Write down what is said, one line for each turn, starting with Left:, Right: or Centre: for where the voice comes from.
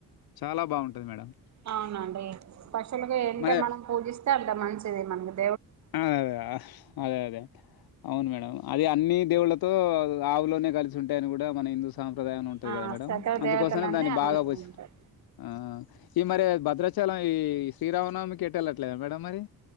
Left: చాలా బాగుంటది మేడం
Right: అవునా అండి పశులుకి ఎంత
Left: మరి
Right: మనం పూజిస్తే అంత మంచి చిది మనకది
Left: ఆ అదదే అవును మేడం అది అన్ని దేవుళ్లతో ఆవులోనే కలిసి ఉంటయని కూడ మన హిందు సాంప్రదాయం అని ఉంటది
Right: ఆ
Left: కదా మేడం
Right: సకల
Left: అందుకోసమే
Right: దేవతలన్నీ
Left: దాన్ని
Right: ఆవులకి
Left: బాగ పోస్
Right: ఉంటాయి
Left: ఆ ఈ మరి భద్రాచలం ఈ శ్రీరామనవమికి ఏటేళ్లట్లేదా మేడం మరి